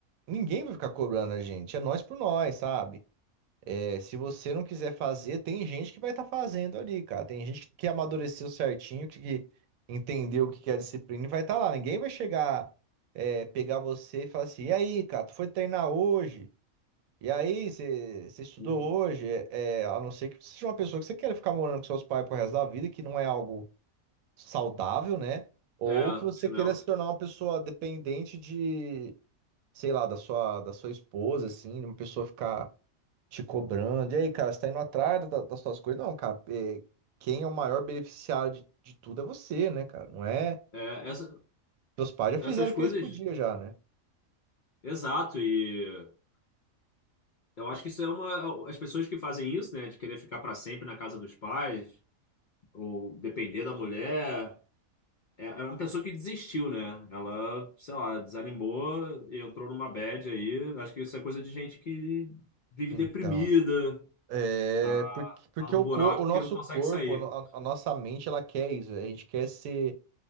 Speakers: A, on the right (about 80°); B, on the left (about 75°).
A: ninguém vai ficar cobrando a gente. É nós por nós, sabe? É, se você não quiser fazer, tem gente que vai estar fazendo ali, cara. Tem gente que amadureceu certinho, que que entendeu o que que é disciplina e vai estar lá. Ninguém vai chegar, é, pegar você e falar assim: e aí, cara, tu foi treinar hoje? E aí, você você estudou
B: Hum.
A: hoje? É, é, a não ser que você seja uma pessoa que você queira ficar morando com seus pais pro resto da vida, que não é algo saudável, né? Ou
B: É,
A: que você
B: chinelo.
A: queira se tornar uma pessoa dependente de sei lá, da sua, da sua esposa, assim, de uma pessoa ficar te cobrando. E aí, cara, você tá indo atrás da- das suas coisas? Não, cara, é, quem é o maior beneficiário de, de tudo é você, né, cara? Não é.
B: É, essa,
A: Seus pais já fizeram
B: essas coisas,
A: o que eles podiam já, né?
B: exato, e eu acho que isso é uma. As pessoas que fazem isso, né, de querer ficar para sempre na casa dos pais, ou depender da mulher, é, é uma pessoa que desistiu, né? Ela, sei lá, desanimou, e entrou numa bad aí. Acho que isso é coisa de gente que vive
A: Então,
B: deprimida,
A: é
B: tá,
A: porque, porque
B: tá num
A: o,
B: buraco
A: cor, o nosso
B: que não consegue
A: corpo,
B: sair.
A: a, no- a nossa mente, ela quer isso. A gente quer ser